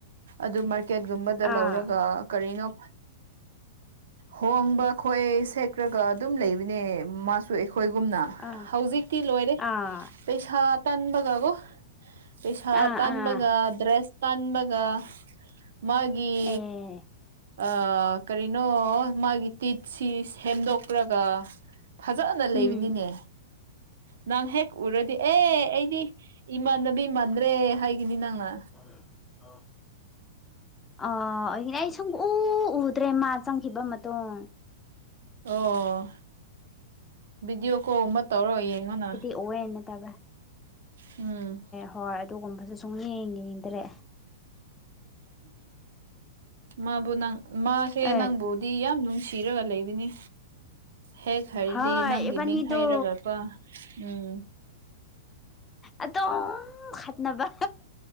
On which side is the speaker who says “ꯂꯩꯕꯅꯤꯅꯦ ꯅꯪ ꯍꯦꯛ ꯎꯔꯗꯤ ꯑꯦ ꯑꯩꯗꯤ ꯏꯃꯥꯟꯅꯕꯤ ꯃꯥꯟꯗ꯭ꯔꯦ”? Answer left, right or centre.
Right